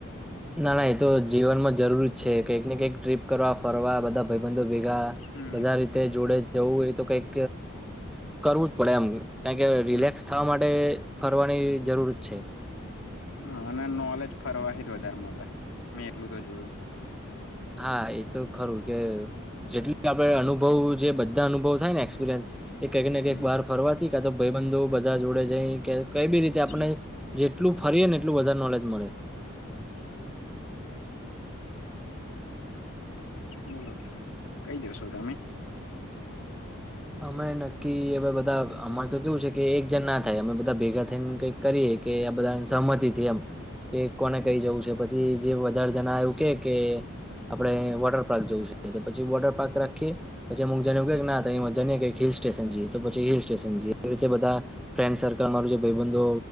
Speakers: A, in the centre; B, on the left (about 75°).
A: ના ના એ તો જીવનમાં જરૂર છે કંઈક ને કંઈક ટ્રીપ કરવા ફરવા બધા ભાઈબંધો ભેગા,
B: હમ
A: બધા રીતે જોડે જવું હોય તો કઈક, કરવું જ પડે એમ. કારણ કે રિલેક્સ
B: હમ
A: થવા માટે ફરવાની જરૂરત છે.
B: હા અને નોલેજ ફરવાથી જ વધારે મળે, મે એટલું તો જોયું.
A: હા એતો ખરું કે, જેટલી આપડ અનુભવ જે બધા અનુભવ થાય ને એક્સપિરિયન્સ. એ કંઈકને કંઈક
B: હમ
A: બાર ફરવા ક તો ભાઈ બંધુ બધા જોડે જાય કે કઈ બી રીતે આપણે,
B: હમ
A: જેટલું ફરીએ ને. એટલું બધારે નોલેજ મળે.
B: બોલો કઈ જશો તમે?
A: અમે નક્કી હવે બધા અમારે તો કેવું છે કે એક જણ ના થાય અમે બધા ભેગા થઈને કઈક કરીએ કે આ બધા સહમતીથી એમ, કે કોને કઈ જવું છે પછી જે વધારે જણા એવું કે, કે આપડે વોટર પાર્ક જવું છે પછી વોટર પાર્ક રાખીએ, પછી અમુક જને એ ના જ હિલ સ્ટેશન જીએ તોછી હિલ સ્ટેશન જીએ. એવી રીતે બધા, ફન્ તમારું જે ભાઈબંધો